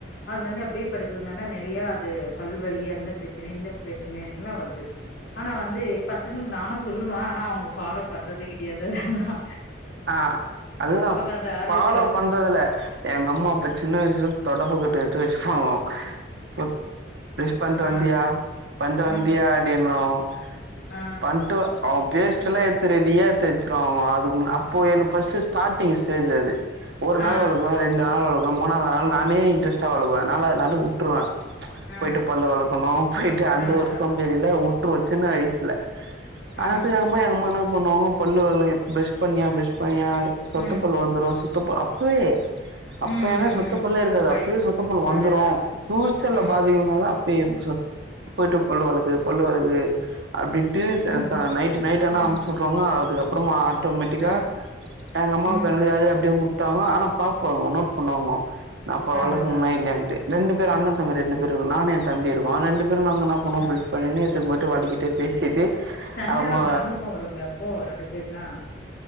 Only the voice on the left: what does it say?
அது வந்து அப்டியே படுக்குறத்னால நெறையா அது பல்வலி அந்த ப்ரச்சன இந்த ப்ரச்சன எல்லா வருது ஆனா வந்து பசங்ளு நானு சொல்லுவ ஆனா அவுங்க ஃபாலோ பண்றது கிடையாது அதல்லா
அந்த ஆர்வத்துல
ஆ
ம்
ஆ
ஆ
ஆ
அதுதா
ம்
ம்
ம்
ம்
ம்
பயம்
அதுதா
ம்
ம்
ம்,
ஆ
ம்
அதுதா
அ
சண்டைய
எல்லாம் பயங்கரமா வருமே அப்போ ரெண்டு பேருனா